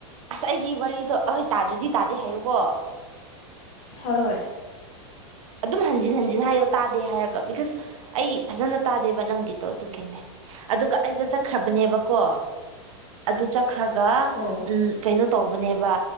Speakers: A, on the right; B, on the left.
A: ꯑꯁ ꯑꯩꯒꯤ ꯋꯥꯔꯤꯗꯣ ꯑꯩꯣꯏ ꯇꯥꯗ꯭ꯔꯗꯤ ꯇꯥꯗꯦ ꯍꯥꯏꯌꯨꯀꯣ
B: ꯍꯣꯏ ꯍꯣꯏ
A: ꯑꯗꯨꯝ ꯍꯟꯖꯤꯟ ꯍꯟꯖꯤꯟ ꯍꯥꯏꯌꯣ ꯇꯥꯗꯦ ꯍꯥꯏꯔꯒ ꯕꯤꯀꯁ ꯑꯩ ꯐꯖꯅ ꯇꯥꯗꯦꯕ ꯅꯪꯒꯤꯗꯣ ꯑꯗꯨꯒꯤꯅꯦ ꯑꯗꯨꯒ ꯑꯩꯗꯣ ꯆꯠꯈ꯭ꯔꯕꯅꯦꯕꯀꯣ ꯑꯗꯨ ꯆꯠꯈ꯭ꯔꯒ
B: ꯑꯣ
A: ꯎ ꯀꯩꯅꯣ ꯇꯧꯕꯅꯦꯕ